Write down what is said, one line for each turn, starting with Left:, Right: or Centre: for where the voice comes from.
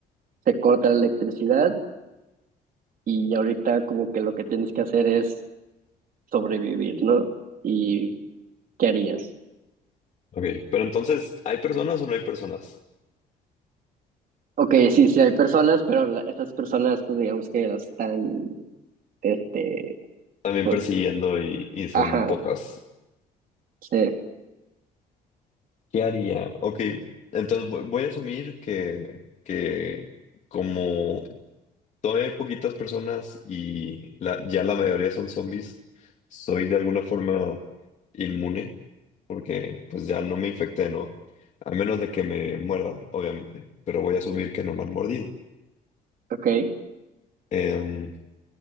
Right: Se corta la electricidad y ahorita como que lo que tienes que hacer es sobrevivir, ¿no? ¿Y qué harías?
Left: Ok. Pero entonces, ¿hay personas o no hay personas?
Right: Ok, sí, sí hay personas, pero la- estas personas pues digamos que las están Este,
Left: También
Right: pues,
Left: persiguiendo y, y son
Right: ajá,
Left: pocas.
Right: sí,
Left: ¿Qué haría? Ok. Entonces vo- voy a asumir que, que como todavía hay poquitas personas y la, ya la mayoría son zombies, soy de alguna forma inmune. porque pues ya no me infecté, ¿no? A menos de que me muerdan, obviamente, pero voy a asumir que no me han mordido.
Right: ok,
Left: Em,